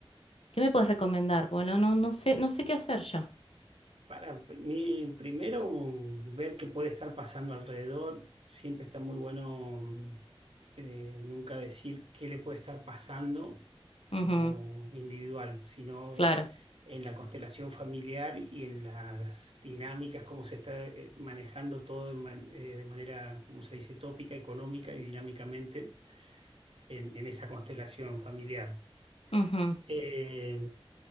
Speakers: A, on the left; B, on the right.
A: ¿Qué me puedes recomendar? Bueno, no, no sé, no sé qué hacer ya.
B: Para mí, primero, ver qué puede estar pasando alrededor. Siempre está muy bueno eh, nunca decir qué le puede estar pasando
A: Ujú,
B: como individual, sino
A: claro.
B: en la constelación familiar y en las dinámicas, cómo se está eh, manejando todo de, man- eh, de manera, como se dice, tópica, económica y dinámicamente en, en esa constelación familiar.
A: Ujú.
B: Eh,